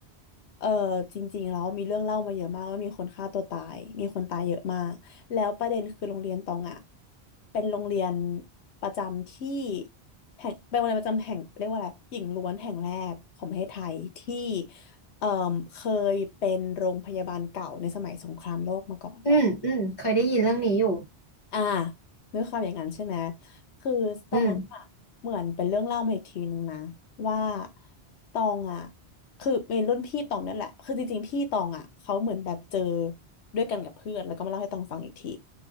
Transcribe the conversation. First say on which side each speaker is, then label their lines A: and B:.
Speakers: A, on the left; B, on the left.
A: เออจริงๆแล้วมีเรื่องเล่ามาเยอะมากว่ามีคนฆ่าตัวตายมีคนตายเยอะมากแล้วประเด็นคือโรงเรียนตองอ่ะเป็นโรงเรียนประจำที่แห่งเป็นโรงเรียนประจำแห่งเรียกว่าอะไรหญิงล้วนแห่งแรกของประเทศไทยที่เอ่อเคยเป็นโรงพยาบาลเก่าในสมัยสงครามโลกมาก่อน
B: อืมอืมเคยได้ยินเรื่องนี้อยู่
A: อ่าด้วยความอย่างนั้นใช่ไหมคือตอนนั้นอะเหมือนเป็นเรื่องเล่ามาอีกทีนึงนะ
B: อืม
A: ว่าตองอะคือเป็นรุ่นพี่ตองนั่นแหละคือจริงๆพี่ตองอะเขาเหมือนแบบเจอด้วยกันกับเพื่อนแล้วก็มาเล่าให้ตองฟังอีกที